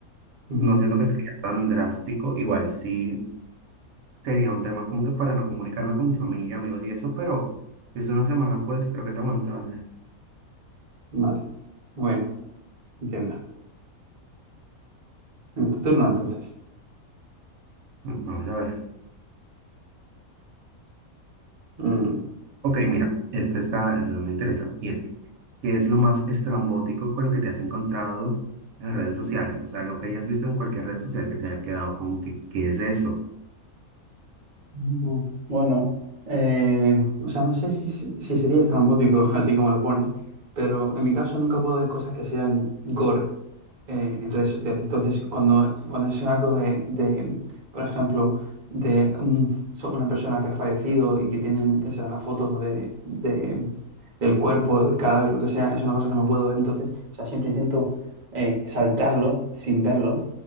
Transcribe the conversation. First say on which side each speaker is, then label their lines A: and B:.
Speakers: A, on the right; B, on the right.
A: Ujú,
B: No siento que sería tan drástico. Igual sí sería un tema como que para no comunicarme con mi familia, amigos y eso, pero si es una semana, pues creo que es aguantable.
A: Vale. Bueno, entiendo. En tu turno, entonces.
B: Mm, Vamos a ver.
A: Mm.
B: Ok, mira, este está, este me interesa. Y es, ¿qué es lo más estrambótico con lo que te has encontrado en redes sociales? O sea, lo que hayas visto en cualquier red social que te haya quedado como que, ¿qué es eso?
A: Mm, Bueno, eh, o sea, no sé si, si si sería estrambótico, <laughs> así como lo pones, pero en mi caso nunca puedo ver cosas que sean gore eh, en redes sociales. Entonces, cuando, cuando es algo de, de, por ejemplo, de un- so- una persona que ha fallecido y que tienen esas, las fotos de, de- del cuerpo, del cadáver, lo que sea, es una cosa que no puedo ver. Entonces, o sea, siempre intento eh, saltarlo sin verlo.